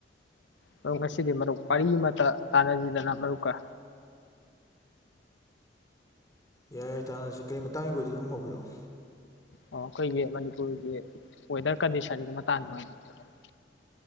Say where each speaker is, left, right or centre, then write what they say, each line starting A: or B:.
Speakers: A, on the left (about 85°); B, on the left (about 20°).
A: ꯃꯔꯨꯞ ꯉꯁꯤꯗꯤ ꯃꯔꯨꯞ ꯋꯥꯔꯤ ꯑꯃꯇ ꯇꯥꯟꯅꯁꯤꯗꯅ ꯃꯔꯨꯞꯀ
B: ꯌꯥꯏ ꯌꯥꯏ ꯇꯥꯟꯅꯁꯤ ꯀꯔꯤ ꯃꯇꯥꯡꯒꯤ ꯑꯣꯏꯗꯣꯏꯅꯣ ꯑꯗꯨꯝ ꯍꯧꯕꯤꯔꯛꯑꯣ
A: ꯑꯣ ꯑꯩꯈꯣꯏꯒꯤ ꯃꯅꯤꯄꯨꯔꯒꯤ ꯋꯦꯗꯔ ꯀꯟꯗꯤꯁꯟꯒꯤ ꯃꯇꯥꯡꯗ ꯑꯣꯢꯗꯧꯢꯅꯦ ꯃꯔꯨꯞ